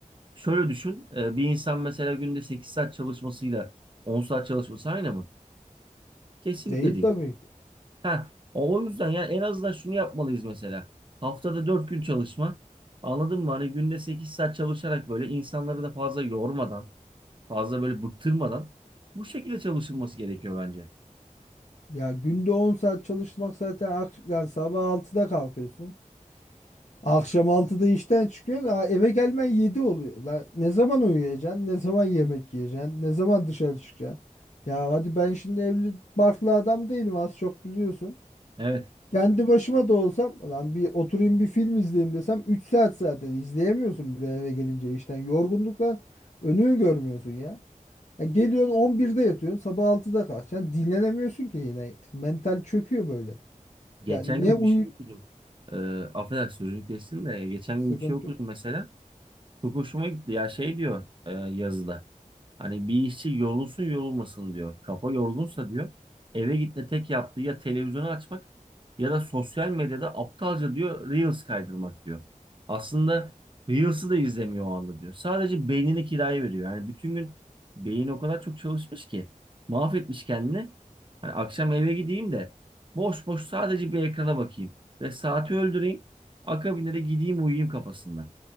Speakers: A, on the right (about 35°); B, on the left (about 55°).
A: şöyle düşün, e, bir insan mesela günde 8 saat çalışmasıyla 10 saat çalışması aynı mı? Kesinlikle
B: değil
A: değil.
B: tabii ki.
A: Ha, o o yüzden yani en azından şunu yapmalıyız mesela. Haftada 4 gün çalışma. Anladın mı? Hani günde 8 saat çalışarak böyle insanları da fazla yormadan, fazla böyle bıktırmadan bu şekilde çalışılması gerekiyor bence.
B: Ya günde 10 saat çalışmak zaten ak- yani sabah altıda kalkıyorsun. Akşam altıda işten çıkıyorsun. Aa, eve gelmen 7 oluyor. La, ne zaman uyuyacaksın? Ne zaman yemek yiyeceksin? Ne zaman dışarı çıkacaksın? Ya hadi ben şimdi evli barklı adam değilim az çok biliyorsun.
A: Evet.
B: Kendi başıma da olsam lan bir oturayım bir film izleyeyim desem 3 saat zaten izleyemiyorsun bile eve gelince işten. Yorgunluktan önünü görmüyorsun ya. Ya geliyorsun on birde yatıyorsun sabah altıda kalkacaksın. Dinlenemiyorsun ki yine. Mental çöküyor böyle.
A: Geçen
B: Ya ne
A: gün
B: uyu
A: bir şey okudum. E, affedersin sözünü kestim de geçen
B: sıkıntı
A: gün bir şey okudum mesela. Çok hoşuma gitti ya şey diyor e, yazıda. Hani bir işçi yorulsun yorulmasın diyor. Kafa yorgunsa diyor eve gitme tek yaptığı ya televizyonu açmak ya da sosyal medyada aptalca diyor Reels kaydırmak diyor. Aslında Reels'ı da izlemiyor o anda diyor. Sadece beynini kiraya veriyor. Yani bütün gün beyin o kadar çok çalışmış ki mahvetmiş kendini. Hani akşam eve gideyim de boş boş sadece bir ekrana bakayım ve saati öldüreyim. Akabinde de gideyim uyuyayım kafasında.